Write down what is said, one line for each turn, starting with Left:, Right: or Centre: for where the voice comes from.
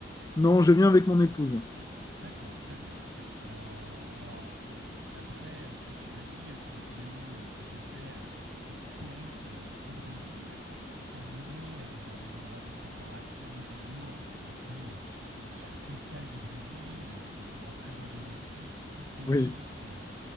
Left: Non, je viens avec mon épouse.
Right: D'accord, très bien. Heu, alors bon, d'après, heu, ce que tu m'as dit, heu, tu as déjà eu euh, tu as déjà fait, heu, un petit périple, heu, au Brésil qui t'a mené, heu, vers des endroits tels que Paraty, Rio, hein, qui sont un peu, heu, les cartes postales du Brésil, heu, des endroits très emblématiques, iconiques,
Left: Oui,
Right: euh,